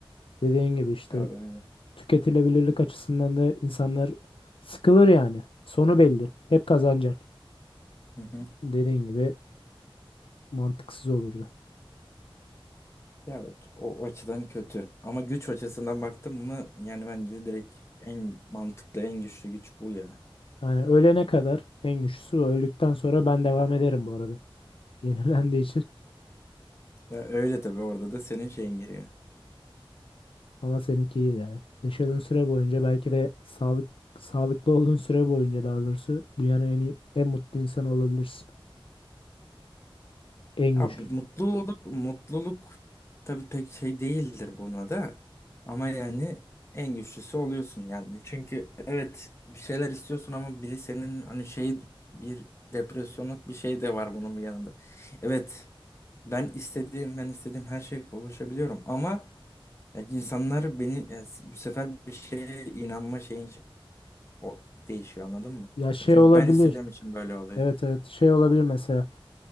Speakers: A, on the left (about 70°); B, on the left (about 30°).
A: Dediğin gibi işte
B: Ya öyle.
A: tüketilebilirlik açısından da insanlar sıkılır yani. Sonu belli. Hep kazanacak.
B: Hı hı.
A: Dediğin gibi mantıksız olurdu.
B: Ya evet, o, o açıdan kötü. Ama güç açısından baktım mı yani bence direkt en mantıklı, en güçlü güç bu ya.
A: Yani ölene kadar en güçlüsü bu. Öldükten sonra ben devam ederim bu arada. <laughs> Yenilendiği için.
B: Ya öyle tabii orada da senin şeyin giriyor.
A: Ama seninki iyi yani. Yaşadığın süre boyunca belki de sağlık sağlıklı olduğun süre boyunca daha doğrusu dünyanın en iyi, en mutlu insanı olabilirsin. En
B: Abi
A: güçlü.
B: mutluluk mutluluk tabii pek şey değildir buna da. Ama yani en güçlüsü oluyorsun yani. Çünkü evet bir şeyler istiyorsun ama biri senin hani şey bir depresyonluk bir şey de var bunun bir yanında. Evet ben istediğim ben istediğim her şeye kavuşabiliyorum ama ya insanlar beni ya, bu sefer bir şeye inanma şeyin O değişiyor anladın mı?
A: Ya şey
B: Ya Çünkü
A: olabilir.
B: ben istediğim için böyle oluyor.
A: Evet evet şey olabilir mesela.